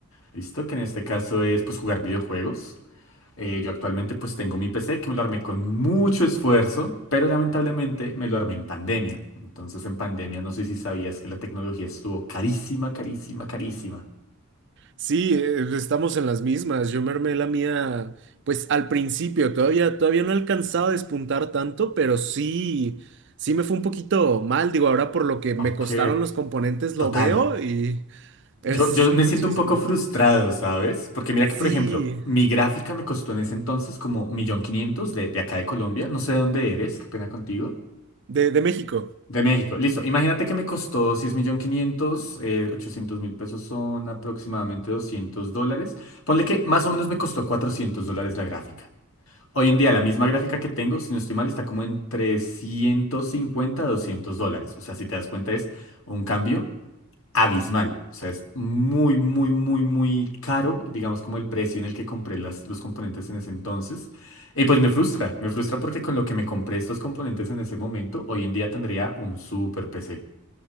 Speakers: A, on the left; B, on the right.
A: ¿Listo? Que en este caso es pues jugar videojuegos. Eh, yo actualmente pues tengo mi PC que me lo armé con mucho esfuerzo, pero lamentablemente me lo armé en pandemia. Entonces en pandemia no sé si sabías que la tecnología estuvo carísima, carísima, carísima.
B: Sí, eh, estamos en las mismas. Yo me armé la mía, pues al principio, todavía, todavía no alcanzaba a despuntar tanto, pero sí, sí me fue un poquito mal. Digo, ahora por lo que me
A: Ok,
B: costaron los componentes lo
A: total.
B: veo y <laughs> es
A: Yo, yo
B: muchísimo.
A: me siento un poco frustrado, ¿sabes? Porque mira
B: Sí,
A: que, por ejemplo, mi gráfica me costó en ese entonces como 1.500.000 de, de acá de Colombia. No sé de dónde eres, qué pena contigo.
B: de, de México.
A: De México, listo. Imagínate que me costó 6.500.000, eh, 800 mil ochocientos mil pesos son aproximadamente 200 dólares. Ponle que más o menos me costó 400 dólares la gráfica. Hoy en día la misma gráfica que tengo, si no estoy mal, está como entre 150 a 200 dólares. O sea, si te das cuenta es un cambio abismal. O sea, es muy, muy, muy, muy caro, digamos, como el precio en el que compré las, los componentes en ese entonces. Y pues me frustra, me frustra porque con lo que me compré estos componentes en ese momento, hoy en día tendría un super PC.